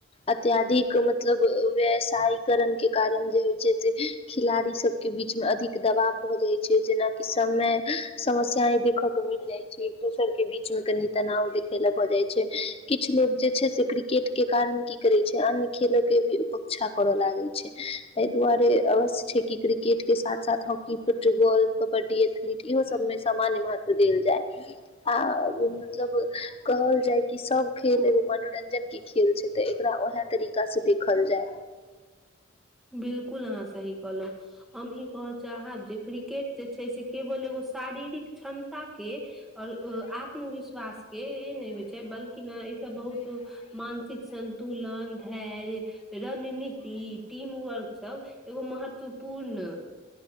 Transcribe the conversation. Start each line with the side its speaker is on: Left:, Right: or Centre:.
Left: अत्यधिक मतलब व्यसायिकरण के कारण जे होइ छै से खिलाड़ी सब के बीच मे अधिक दबाव भऽ जाय छै जेनाकि सबमे समस्या देखे के मिल जाय छै एक दोसर के बीच मे कनि तनाव देखे ला भऽ जाइ छै किछु लोग जे छै से क्रिकेट के कारण की करे छै अन्य खेलो के भी उपेक्षा करऽ लागे छै एहि दुआरे अवश्य छै कि क्रि केट के साथ साथ हॉकी फुटबॉल कबड्डी एथलीट इहो सब मे सामान्य महत्व देल जाय आ मतलब कहल जाय कि सब खेल एगो मनोरंजन के खेल छै तऽ एकरा उएह तरीकासँ देखल जाय
Centre: बिल्लुल आंहा सही कहलौ हम इ कऽह चाहब जे क्रिकेट जे छै से केवल एगो शारीरिक क्षमता के आओर आत्मविश्वास के नहि होइ छै बल्कि ने ईसभ बहुत मानसिक सन्तुलन धैर्य रणनीति टीम वर्क सब एगो महत्वपूर्ण